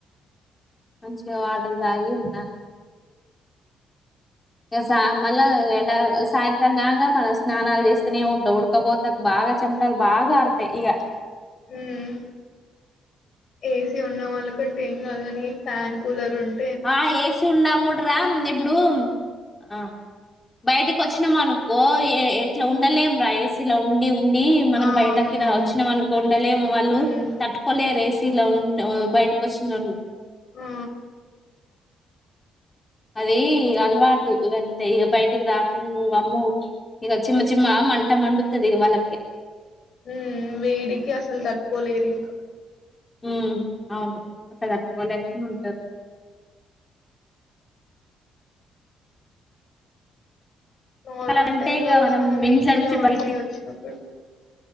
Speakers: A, on the left; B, on the left.
A: మంచిగా వాటర్ తాగి ఉన్నాను ఇక సా మళ్ళా ఎ సాయంత్రం కాగా మనం స్నానాలు చేస్తూనే ఉంటా ఉడకపోతే బాగా చెమటాలు బాగా ఆడతాయి ఇక
B: మ్మ్ ఏసి ఉన్న వాళ్ళకంటే ఏం కాదుగాని ఫ్యాన్ కూలర్ ఉంట
A: ఆ ఏసిీ ఉన్నా కూడా రా ఇప్పుడు ఆ బయటికి వచ్చినాం అనుకో ఎట్లా ఉండలేం రా ఏసిలో ఉండి ఉండి ఉండి మనం
B: ఆ!
A: బయటకి
B: అవునవును.
A: వచ్చిననుండలే వాళ్ళు
B: హ్మ్.
A: తట్టుకోలేేరు ఏసి ఇలా ఉ బయటకు వస్తున్నారు
B: ఆ
A: అది అలవాటు ఇదంతే ఇక బయటికి రాకుండా అమ్మ ఇక చిమ చిమ మంట మండుతుంది వాళ్ళకి
B: మ్మ్ వేడికి అసలు తట్టుకోలేరు ఇంకా
A: మ్మ్ అవును అసదపోలే కొ ఉంటారు
B: నార్మల్
A: ఎండాకాలం అంటే
B: టైమ్
A: ఇగ
B: లో కూడా మనం
A: ఇంట్లో
B: ఏసీలో
A: నుంచి
B: ఉండి
A: బయటి
B: వచ్చినప్పుడు